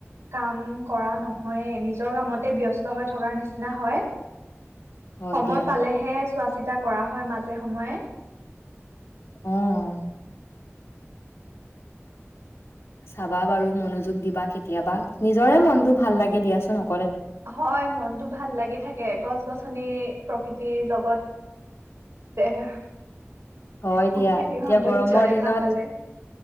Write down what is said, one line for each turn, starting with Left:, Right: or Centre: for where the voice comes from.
Right: কাম কৰা নহয় নিজৰ কামতে ব্যস্ত হৈ থকাৰ নিচিনা হয়।
Left: হয়
Right: সময়
Left: দিয়া
Right: পালেহে চোৱা চিতা কৰা হয় মাজে সময়ে।
Left: অ'। চাবা বাৰু মনোযোগ দিবা কেতিয়াবা নিজৰে মনতটো ভাল লাগে দিয়াচোনক।
Right: হয় মনতটো ভাল লাগি থাকে গছ-গছনি প্ৰকৃতিৰ লগত দেখা
Left: হয়
Right: প্ৰকৃতিৰ
Left: দিয়া এতিয়া
Right: সৌন্দৰ্য
Left: গৰমৰ
Right: দেখা
Left: দিনত
Right: পালে